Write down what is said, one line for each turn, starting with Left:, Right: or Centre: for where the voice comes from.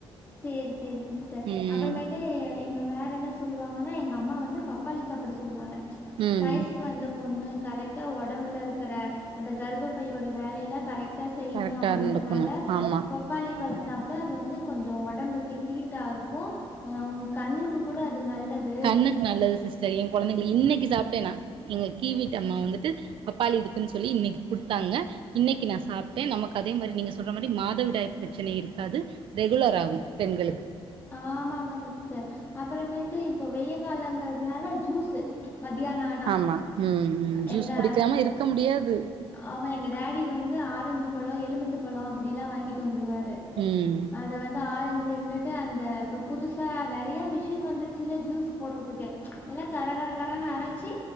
Left: செரி செரி சிஸ்ட
Right: ம்
Left: அப்பறமேட்டு எ எங்க வேறென்ன சொல்லுவாங்கன்னா எங்க அம்மா வந்து பப்பாளி சாப்பிட சொல்லுவாங்க
Right: ம்
Left: வயசுக்கு வந்தப் பொண்ணு கரெக்டா ஒடம்புலருக்கிற அந்த கர்ப பையோட வேலயெல்லா கரெக் டா செய்யிணு
Right: கரெக்டா
Left: அப்படிங்கற்னால
Right: நடக்கணு ஆமா
Left: பப்பாளி பழ சாப்பிட அது வந்து கொஞ் சோ ஒடம்புக்கு ஹீட்டாருக்கு அ உனுக் கண்ணுக்கு கூட அது நல்லது
Right: கண்ணுக்கு நல்லது சிஸ்டர் என் கொழந்தைங்க இன்னைக்கு சாப்ட்டேனா எங்க கீ வீட்டு அம்மா வந்துட்டு பப்பாளி இருக்குன் சொல்லி இன்னைக்கு குடுத்தாங்க இன் னிக்கு நா சாப்ட்டே நமக் அதே மாரி நீங்க சொல்ற மாரி மாதவிடாய் ப்ரெச்சன இருக்காது ரெகுலர் ஆகு பெண்க ளுக்
Left: ஆமா ஆமா சிஸ்டர் அப்பறமேட்டு இப்போ வெய்ய காலங்கறத்னால ஜூஸு மத்தியானம் ஆனா.
Right: ஆமா ம் ம் ஜூஸ்
Left: எங்க
Right: குடிக்காம இருக்க முடியாது
Left: ஆமா எங்க டேடி வந்து ஆரஞ்சு பழோ எலுமிச்ச பழோ அப்புடிலா வாங்கிட்டு வந்துருவாரு
Right: ம்
Left: அத வந்து ஆரஞ்சு இருந்துட்டு அந்த இப்ப புதுசா நெறைய மிஷின் வந்துட்ச்சுல ஜூஸ் போட்றுதுக்கு எல்லா கரகரக ரனு அரச்சி